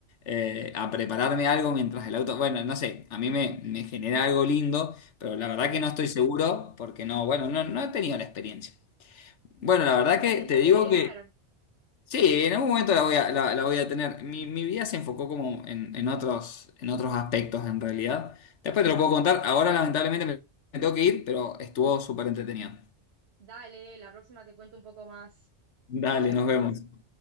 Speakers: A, on the left; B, on the right.
A: Eh, a prepararme algo mientras el auto. Bueno, no sé, a mí me, me genera algo lindo, pero la
B: Sí,
A: verdad que no estoy seguro porque no, bueno, no, no he tenido la experiencia. Bueno,
B: y que-
A: la verdad
B: quizás
A: que
B: la tendrías
A: te digo
B: que tener.
A: Sí, en algún momento la voy a, la, la voy a tener. Mi, mi vida se enfocó como en, en otros, en otros aspectos en realidad. Después te lo puedo contar. Ahora lamentablemente me me tengo que ir, pero estuvo súper entretenido.
B: Dale, la próxima te cuento un poco más.
A: Dale,
B: Nos vemos.
A: nos vemos.